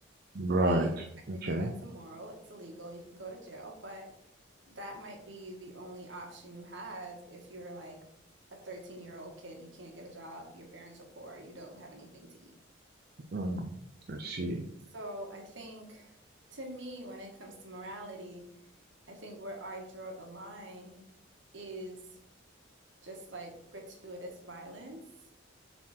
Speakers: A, on the right; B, on the right.
A: Right.
B: right? Technically,
A: Okay.
B: that's immoral. It's illegal. You can go to jail, but that might be the only option you have if you're like a 13-year-old kid. You can't get a job. Your parents are poor. You don't have anything to eat.
A: Mm, I see.
B: So I think to me, when it comes to morality, I think where I draw the line is just like gratuitous violence.